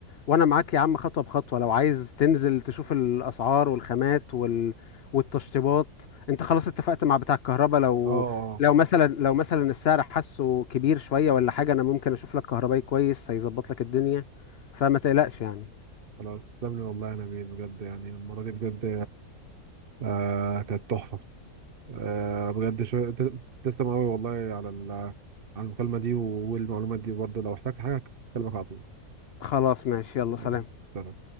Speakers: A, on the left (about 65°); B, on the right (about 45°).
A: وانا معاك يا عم خطوة بخطوة لو عايز تنزل تشوف الاسعار والخامات وال... والتشطيبات انت خلاص اتفقت مع بتاع الكهرباء لو
B: اه اه
A: لو مثلا لو مثلا السعر حاسه كبير شوية ولا حاجة انا ممكن اشوف لك كهربائي كويس هيظبط لك الدنيا فما تقلقش يعني
B: خلاص تسلم لي والله يا نبيل بجد يعني المره دي بجد آه كانت تحفة آه بجد شو... ت- تسلم قوي والله على ال... على المكالمة دي والمعلومات دي برضه لو احتجت حاجة أكلمك على طول
A: خلاص ماشي يلا سلام
B: يعني سلام